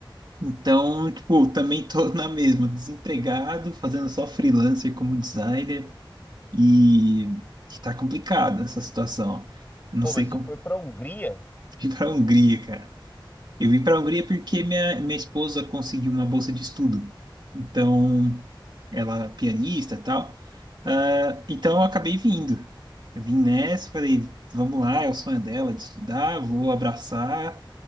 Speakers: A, on the right; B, on the left.
A: Então, tipo, também tô <laughs> na mesma, desempregado, fazendo só freelancer como designer e e tá complicada essa situação. Não
B: Pô,
A: sei
B: mas você
A: como
B: foi pra Hungria?
A: <laughs> ir para a Hungria, cara. Eu vim para a Hungria porque minha, minha esposa conseguiu uma bolsa de estudo. Então, ela é pianista e tal. Ah, então, eu acabei vindo. Eu vim nessa, falei, vamos lá, é o sonho dela de estudar, vou abraçar